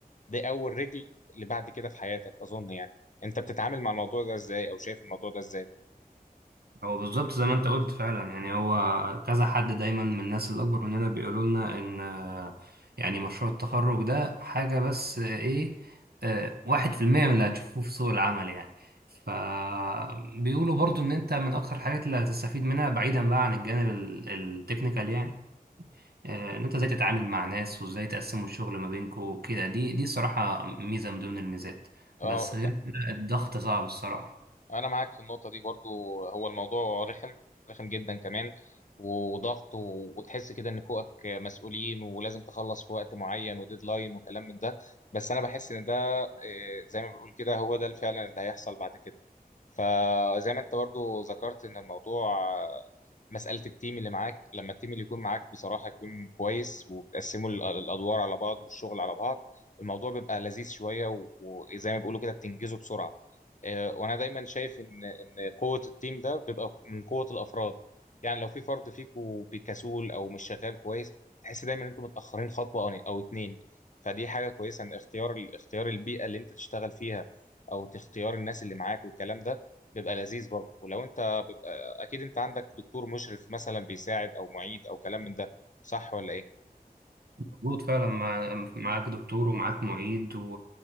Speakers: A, on the left (about 50°); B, on the right (about 80°).
A: ده أول رجل اللي بعد كده في حياتك أظن يعني أنت بتتعامل مع الموضوع ده إزاي أو شايف الموضوع ده إزاي؟
B: هو بالظبط زي ما أنت قلت فعلا يعني هو كذا حد دايما من الناس الأكبر مننا بيقولوا لنا إن آه، يعني مشروع التخرج ده حاجة بس آه، إيه آه، واحد في المية من اللي هتشوفوه في سوق العمل يعني فبيقولوا برضو إن أنت من أكتر الحاجات اللي هتستفيد منها بعيدا بقى عن الجانب ال- التكنيكال يعني آه، ان انت ازاي تتعامل مع ناس وازاي تقسموا الشغل ما بينكم كده دي دي صراحة ميزة من ضمن الميزات
A: اه
B: بس غير كده الضغط صعب الصراحة
A: انا معاك في النقطه دي برضو هو الموضوع رخم رخم جدا كمان وضغط و- وتحس كده ان فوقك مسؤولين ولازم تخلص في وقت معين وديدلاين وكلام من ده بس انا بحس ان ده آه، زي ما بيقول كده هو ده فعلا اللي هيحصل بعد كده فزي ما انت برضو ذكرت ان الموضوع آه، مساله التيم اللي معاك لما التيم اللي يكون معاك بصراحه يكون كويس وبتقسموا ال- الادوار على بعض والشغل على بعض الموضوع بيبقى لذيذ شويه و- وزي ما بيقولوا كده بتنجزه بسرعه آه، وانا دايما شايف ان ان قوه التيم ده بيبقى من قوه الافراد يعني لو في فرد فيكو بكسول او مش شغال كويس تحس دايما ان انتوا متاخرين خطوه او او اتنين فدي حاجه كويسه ان اختيار اختيار البيئه اللي انت تشتغل فيها او تختيار الناس اللي معاك والكلام ده بيبقى لذيذ برضه ولو انت بيبقى اكيد انت عندك دكتور مشرف مثلا بيساعد او معيد او كلام من ده صح ولا ايه
B: مظبوط فعلا مع... معاك دكتور ومعاك معيد و...